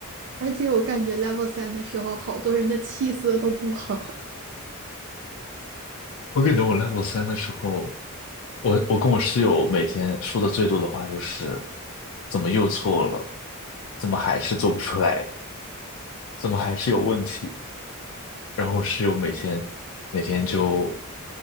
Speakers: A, on the right; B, on the left.
A: 而且我感觉 level 三的时候，好多人的气色都不好，
B: 我感觉我 level 三的时候。我我跟我室友每天说的最多的话就是，怎么又错了？怎么还是做不出来？怎么还是有问题？然后我室友每天每天就